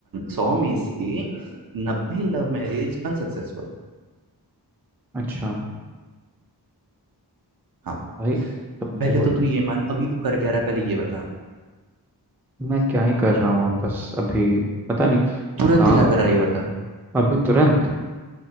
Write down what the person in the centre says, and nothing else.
अच्छा
भाई तब देखो
मैं क्या ही कर रहा हूँ बस अभी पता नहीं
काम
अभी तुरंत